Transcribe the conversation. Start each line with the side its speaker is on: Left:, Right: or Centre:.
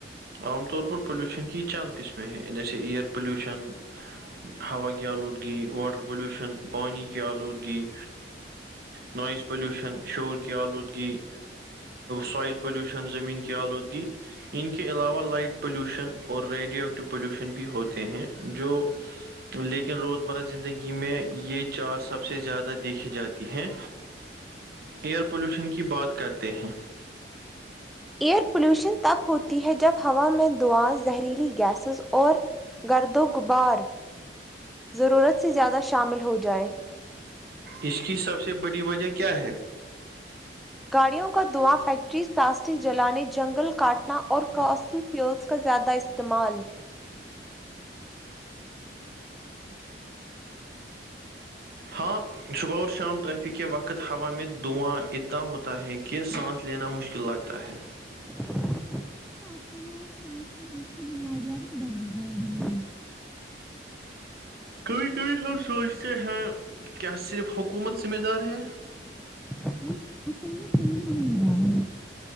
Right: عام طور پر پولیوشن کی چند قسمیں ہیں جیسے ایئر پلیوشن ہوا کی آلودگی واٹر پلیوشن پانی کی آلودگی نوائز پلیوشن شور کی آلودگی سوائل پولیوشن زمین کی آلودگی ان کی اس کے علاوہ لائٹ پولیوشن اور ریڈیو ایکٹیو پولیوشن بھی ہوتے ہیں جو لیکن روزمرہ زندگی میں یہ چار سب سے زیادہ دیکھی جاتی ہیں ایئر پولوشن کی بات کرتے ہیں
Centre: ایئر پلیوشن تب ہوتی ہے جب ہوا میں دھواں زہریلی گیسز اور گرد و غبار ضرورت سے زیادہ شامل ہو جائے
Right: اس کی سب سے بڑی وجہ کیا ہے
Centre: گاڑیوں کا دھواں فیکٹریز پلاسٹک جلانے جنگل کاٹ ٹنا اور فاسٹل فیولس کا زیادہ استعمال
Right: ہاں صبح اور شام ٹریفک کے وقت ہوا میں دھواں اتتا ہوتا ہے کہ سانس لینا مشکل لگتا ہے
Centre: یہ آس ب تو آس <inaudible> بیماریاں بھی بڑھ نے لگتی ہے
Right: کبھی کبھی ہم سوچتے ہیں کیا صرف حکومت ذمہ دار ہے
Centre: نہیں حکومت نہیں ہے ذمہ دار رہی